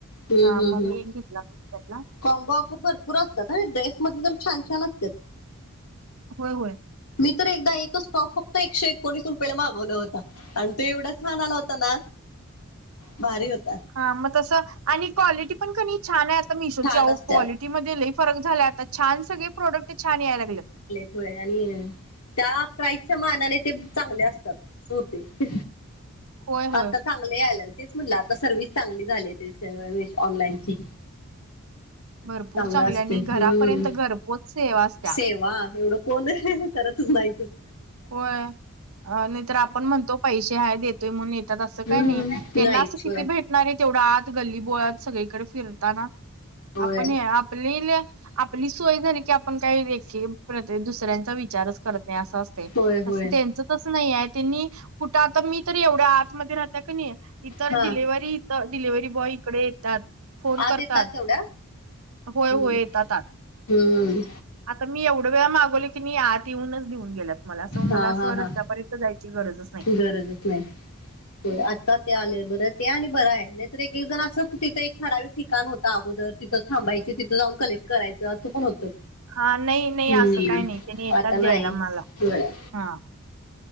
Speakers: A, on the left; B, on the right.
A: हम्म
B: हा
A: हम्म
B: मग
A: हम्म
B: मी एक घेतला त्यातला.
A: कॉम्बो ऑफर भरपूर असतात आणि ड्रेसमध्ये तर छान छान असतात.
B: होय होय.
A: मी तर एकदा एकच स्टॉप फक्त एकशे एकोणीस रुपयला मागवला होता आणि तो एवढा छान आला होता ना भारी होता.
B: हा मग तसं आणि क्वालिटी पण कनी छान आहे आता मिशोची
A: छान
B: अहो
A: असतात
B: क्वालिटी मध्ये लईं फरक झाला आता छान सगळे प्रोडक्ट छान यायला लागलेत.
A: होय आणि त्या प्राइजच्या मानाने ते चांगले असतात, बहुतेक
B: होय होय.
A: आता चांगलं यायलेत, तेच म्हणलं आता सर्व्हिस चांगली झाली आहे ते ऑनलाईनची.
B: भरपूर
A: चांगल
B: चांगली
A: असतय,
B: आणि घरापर्यंत
A: हम्म
B: घरपोच सेवा असत्या.
A: सेवा एवढं कोण करतच नाहीत.
B: होय नाही तर आपण म्हणतो पैसे हाय देतो म्हणून येतात असं
A: हम्म
B: काय नाही त्यांना
A: नाहीच
B: असं किती
A: होय
B: भेटणार आहे तेवढं आत गल्ली बोळात सगळे इकडे फिरताना
A: होय
B: आपण आपलेल आपली सोय झाली की आपण काही लेखे दुसऱ्यांचा विचारच करत नाही असं असतय. त्यांच
A: होय होय
B: तस नाही आहे त्यांनी कुठं आता मी तर एवढ्या आतमध्येध्य राहते कनी इतर
A: हा
B: डिलेव्हरी डिलव्हरी बॉय इकडे येतात. फोन
A: आत
B: करतात
A: येतात तेवढ्या हम्म
B: होय होय येतात आणि.
A: हम्म
B: आता मी एवढं वेळा मागवले की मी आत येऊनच देऊन गेलेत मला असं मला
A: हा
B: असं
A: हा हा
B: रस्त्यापर्यंत जायची गरजच नाही.
A: गरजच नाही. हो आता ते आले बरं ते आणि बरं आहे नाहीतर एक एकजण असं तिथं एक ठराविक ठिकाण होत. अगोदर तिथंच थांबायची तिथं जाऊन कलेक्ट करायचं असं पण होतं.
B: हा नाही नाही
A: हम्म
B: असं काही नाही त्यांनी येतात
A: आता नाही
B: द्यायला मला
A: होय
B: हा.